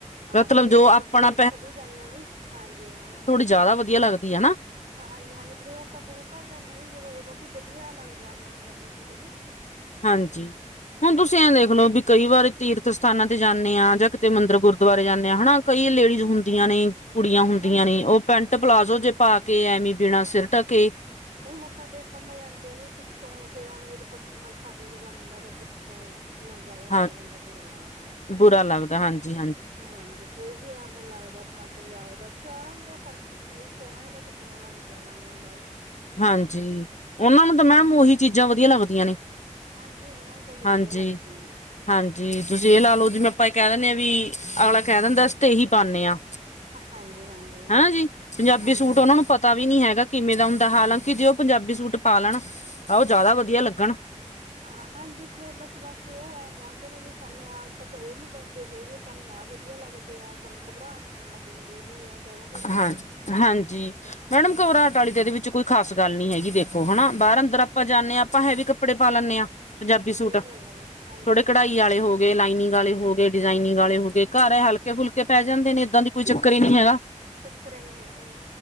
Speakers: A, on the right; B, on the left.
A: ਹਾਂ,
B: ਮਤਲਬ
A: ਬਈ ਵਰੇ
B: ਜੋ ਆਪਣਾ
A: ਅਪਾਂ ਗੁਰੂ ਘਰ ਵੀ ਜਾਂਨੇ ਆਂ ਜੀ, ਹਾਂਜੀ ਹਾਂ।
B: ਜਾਦਾ ਵਧੀਆ ਲੱਗਦੀ ਐ ਨਾ।
A: ਹਾਂਜੀ-ਹਾਂਜੀ, ਬ ਜਦੋ ਅਪਾਂ ਗੁਰੂ ਘਰ ਜਾਂਨੇ ਆ ਜੀ ਜਦੋਂ ਓਦੋਂ ਬੀ ਬਧੀਆ ਲੱਗਦੈ ਅਪਣਾ ਪੰਜਾਬੀ ਸੂਟ ਜੀ।
B: ਹਾਂਜੀ, ਹੁਣ ਤੁਸੀਂ
A: ਹਾਂਜੀ
B: ਐਂ ਦੇਖ ਲੋ ਬੀ ਕਈ ਵਾਰ ਤੀਰਥ ਸਥਾਨਾਂ ਤੇ ਜਾਂਣੇ ਆਂ ਜਾਂ ਕਿਤੇ ਮੰਦਰ, ਗੁਰਦੁਆਰੇ ਜਾਂਣੇ ਆਂ ਹਨਾ, ਕਈ ਲੇਡੀਜ਼ ਹੁੰਦੀਆਂ ਨੇ ਕੁੜੀਆਂ ਹੁੰਦੀਆਂ
A: ਹਾਂਜੀ
B: ਨੇ, ਓਹ ਪੈਂਟ,
A: ਹਾਂਜੀ
B: ਪਲਾਜ਼ੋ
A: ਹਾਂਜੀ
B: ਜੇ ਪਾ ਕੇ ਐਵੇ ਬਿਨਾਂ ਸਿਰ ਟਕੇ
A: ਹੁਣ ਮੱਥਾ ਟੇਕਣ ਲਈ ਆੰਦੇ ਆ ਜੀ ਪਿੱਛੋਂ ਫੇਰ ਐਵੇਂ ਜਦੋਂ ਮੱਥਾ ਟੇਕਦਾ ਬੰਦਾ ਫੇਰ ਪਿੱਛੋਂ ਨੰਗਾ ਜਾ ਹੁੰਦਾ
B: ਹਾਂ
A: ਬੰਦਾ ਬੁਰਾ ਲੱਗਦਾ ਏ,
B: ਬੁਰਾ ਲੱਗਦਾ ਹਾਂਜੀ
A: ਏ ਹਾਂਜੀ। ਫੇਰ ਵੀ ਆ ਮੈਨੂੰ ਲੱਗਦੈ ਅਪਣਾ ਪੰਜਾਬ ਦਾ ਸੈ਼ਰਾਂ ਦਾ ਤਾਂ ਫਰਕ ਹੁੰਦੈ ਜੀ, ਸੈ਼ਰਾਂ ਨੇ ਤਾਂ ਕਿਤੇ ਆਉਣਾ ਨੀ ਜਾਣਾ ਨੀ ਹੁੰਦਾ ਜੀ।
B: ਹਾਂਜੀ, ਓਨਾਂ ਨੂੰ ਤਾਂ ਮੈਮ ਓਹੀ ਚੀਜ਼ਾਂ ਵਧੀਆ ਲੱਗਦੀਆਂ ਨੇ।
A: ਹਾਂਜੀ, ਉਨਾਂ ਨੂੰ ਤਾ ਉਹੀ
B: ਹਾਂਜੀ
A: ਵਧੀਆ ਲੱਗਦੀਆਂ ਨੇ।
B: ਹਾਂਜੀ, ਤੁਸੀਂ ਏਹ ਲਾ ਲੋ ਜਿਵੇਂ ਆਪਾਂ ਏਹ ਕੈ ਦਿੰਣੇ ਆਂ ਵੀ ਅਗਲਾ ਕੈਹ ਦਿੰਦਾ ਅਸ ਤੇ ਏਹੀ ਪਾਣੇ ਆਂ।
A: ਹਾਂਜੀ-ਹਾਂਜੀ,
B: ਹੈਂਨਾ ਜੀ, ਪੰਜਾਬੀ
A: ਹਾਂਜੀ।
B: ਸੂਟ ਓਨਾ
A: ਹਾਂਜੀ
B: ਨੂੰ ਪਤ ਤਾ ਵੀ ਨੀ ਹੈਗਾ ਕਿਵੇਂ ਦਾ ਹੁੰਦਾ, ਹਾਲਾਂਕਿ ਜੇ ਓਹ ਪੰਜਾਬੀ ਸੂਟ ਪਾ ਲੈਣ ਤਾਂ ਓਹ ਜਾਦਾ ਵਧੀਆ ਲੱਗਣ।
A: ਹਾਂਜੀ, ਫਿਰ ਓ ਬਸ ਬਾਕੀ ਓ ਐ ਗੰਦ ਨੇ ਵੀ ਸਾਨੂੰ ਆਸ ਤੋਂ ਇਹ ਨੀ ਪੈਂਦੇ ਹੈਗੇ ਸਾਨੂੰ ਆਹ ਵਧੀਆ ਲੱਗਦੇ ਆ, ਸਾਨੂੰ ਘਬਰਾਟ ਹੋਣ ਲੱਗ ਜਾਂਦੀ ਐ ਜੀ, ਐਂ ਕੈਹ ਦਿੰਦੇ ਨੇ।
B: ਹਾਂ ਹਾਂਜੀ, ਮੈਡਮ ਘਬਰਾਟ ਆਲੀ ਤੇ ਐਦੇ ਵਿੱਚ ਕੋਈ ਖਾਸ ਗੱਲ ਨੀ ਹੈਗੀ, ਦੇਖ ਖੋ ਹੈਨਾ ਬਾਰ ਅੰਦਰ ਆਪਾਂ ਜਾਂਨੇ ਆਂ, ਆਪਾਂ ਹੈਵੀ ਕੱਪੜੇ ਪਾ ਲੈਂਣੇ ਆਂ। ਪੰਜਾਬੀ ਸੂਟ,
A: ਸਹੀ ਗੱਲ ਹੈ ਹਾਂਜੀ-ਹਾਂਜੀ
B: ਥੋੜੇ ਕਢਾਈ ਆਲੇ ਹੋ ਗ ਗੇ, ਲਾਈਨਿੰਗ ਆਲੇ ਹੋ ਗੇ, ਡਿਜ਼ਾਇਨਿੰਗ ਆਲੇ ਹੋ ਗੇ। ਘਰ ਐ ਹਲਕੇ-ਫੁਲਕੇ ਪੈ ਜਾਂਦੇ ਨੇ ਏਦਾਂ ਦੀ ਕੋਈ ਚੱਕਰ ਹੀ ਨੀ ਹੈਗਾ।
A: ਚੱਕਰ ਨੀ ਹੈਗਾ ਜੀ